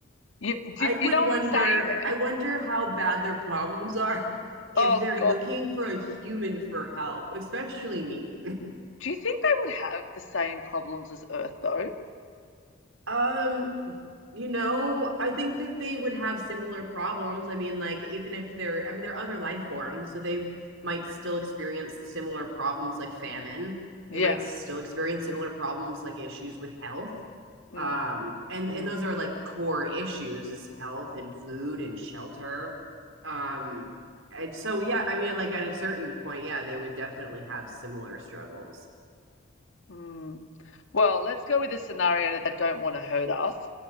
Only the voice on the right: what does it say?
I would
wonder,
I wonder how bad their problems are <laughs> if
they're
looking for a human for help, especially me.
Um, you know, I think that they would have similar problems. I mean, like even if they're, I mean, they're other life forms, so they might still experience similar problems like famine.
They might still experience similar problems like issues with health.
um and
and those are like core issues is health and food and shelter um and so yeah i mean like at a certain point yeah they would definitely have similar struggles